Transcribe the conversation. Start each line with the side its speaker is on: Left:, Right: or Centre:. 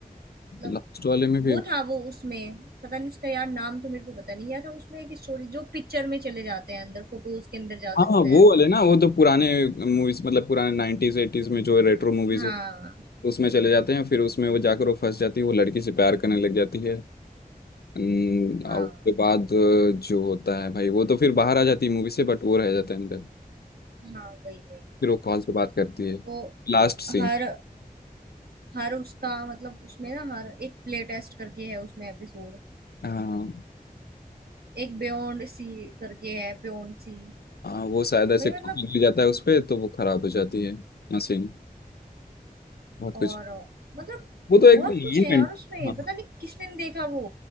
Right: मतलब
Left: लास्ट वाले में भी
Right: वो था वो उसमें पता नहीं उसका यार नाम तो मेरे को पता नहीं याद था उसमें एक स्टोरी जो पिक्चर में चले जाते हैं अंदर फोटोज के अंदर जा
Left: हाँ
Right: सकते हैं
Left: वो वाले ना वो तो पुराने मूवीज मतलब पुराने नाइनटीज एटीज में जो रेट्रो मूवीज
Right: हाँ
Left: हो उसमें चले जाते हैं फिर उसमें वो जाकर वो फंस जाती है वो लड़की से प्यार करने लग जाती है हम्म,
Right: हाँ
Left: और उसके बाद अ, जो होता है भाई वो तो फिर बाहर आ जाती है मूवी से बट वो रह जाता है अंदर
Right: हाँ वही वही
Left: फिर वो कॉल से बात करती
Right: तो
Left: है लास्ट सीन
Right: हर हर उसका मतलब उसमें ना हर एक प्ले टेस्ट करके है उसमें एपिसोड
Left: हाँ
Right: एक बियॉन्ड सी करके है बियॉन्ड सी
Left: हाँ वो शायद ऐसे
Right: भाई
Left: कॉफी
Right: मतलब
Left: मिल जाता है उस पे तो वो खराब हो जाती है मशीन बहुत
Right: और
Left: कुछ
Right: मतलब
Left: वो तो एक
Right: बहुत
Left: माइंड
Right: कुछ है
Left: बेंड
Right: यार उसमें
Left: हाँ
Right: पता नहीं किसने नहीं देखा वो